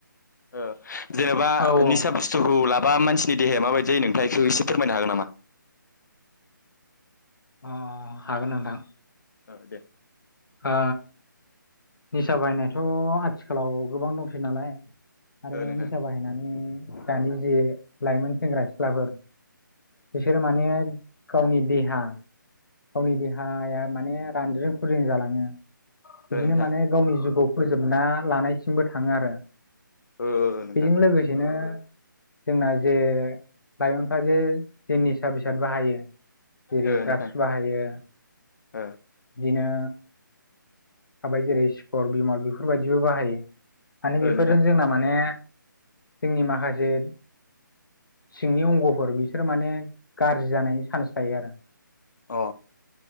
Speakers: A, on the left; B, on the left.
A: ओ जेनेबा
B: औ
A: निसा
B: औ
A: बुस्थुखौ ला बा मानसिनि देहाया माबायदि जायो नोंथाङा इखौ एसे फोरमायनो हागोन नामा?
B: अ हागोन नोंथां।
A: औ दे।
B: आ निसा बायनायाथ आथिखालाव गोबां दंसै नालाय आरो
A: ओ नोंथां
B: निसा बाहायनानै दानि जे लाइमोन सेंग्रा सिख्लाफोर बिसोरो माने गावनि देहा गावनि देहाया माने रानद्रजों खुज्रों जालाङो।
A: ओ
B: बिदिनो
A: नोंथां
B: माने गावनि जिउखौ फोजोबना लानायसिमबो थाङो आरो।
A: ओ ओ नोंथां
B: बेजों लोगोसेनो जोंना जे लाइमोनफ्रा जे जे निसा बेसाद बाहायो जेरै
A: ओ
B: - ड्राग्स
A: नोंथां
B: बाहायो
A: ओ।
B: बिदिनो थाबाय जेरै सि्कर बिमल बेफोरबायदिबो बाहायो। माने बेफोरजों
A: ओ नोंथां
B: जोंना माने जोंनि माखासे सिंनि अंगफोर बिसोरो माने गाज्रि जानायनि चान्स थायो आरो।
A: अ।